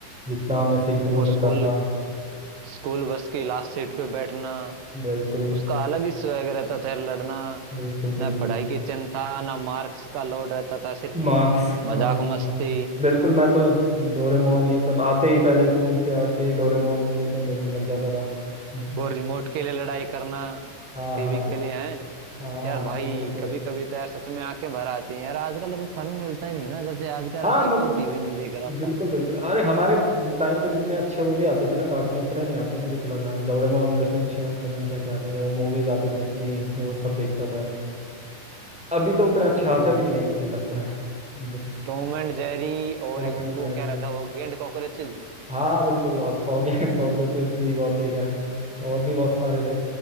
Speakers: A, in the centre; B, on the right.
A: जितना हमें सीखने
B: वो
A: को मिलता
B: स्कूल
A: था
B: स्कूल बस की लास्ट सीट पे बैठना
A: बिल्कुल
B: उसका अलग ही स्वैग रहता था यार लड़ना
A: बिल्कुल बिल्कुल
B: ना पढ़ाई की चिंता ना मार्क्स का लोड रहता था सिर्फ
A: मार्क्स
B: मजाक
A: हाँ हाँ
B: मस्ती
A: हाँ। बिल्कुल मैं तो डोरेमोन ये सब आते ही पहले स्कूल से आते ही डोरेमोन ये सब देखने लग जाता था हम्म,
B: वो रिमोट के लिए लड़ाई करना
A: हाँ
B: टीवी
A: हाँ
B: के लिए है
A: हाँ
B: यार
A: हाँ
B: भाई
A: रिमोट के
B: कभी
A: लिए
B: कभी तो यार सच में आंखें भर आती हैं यार आजकल तो वो फन मिलता ही नहीं ना जैसे आज का
A: हाँ
B: रहता
A: मत
B: है कोई टीवी नहीं देख रहा था
A: बिल्कुल बिल्कुल अरे हमारे टाइम पे जितने अच्छे वो भी आते थे ना कार्टून उतने नहीं आते मुझे तो लग रहा है डोरेमोन शिनचैन पता नहीं क्या क्या आते थे वो मूवीज आती थी उसकी वो सब देखता था अभी तो उतने अच्छे आते
B: वो
A: भी नहीं है मुझे लगता है बच
B: टॉम एंड जेरी और
A: टॉम
B: एक
A: एंड
B: वो
A: जेरी
B: क्या रहता है, ओगी एंड कॉकरोचेस
A: हाँ बिल्कुल ऑग- ऑगी एंड कॉकरोचेस भी बहुत देखा है और भी बहुत सारे थे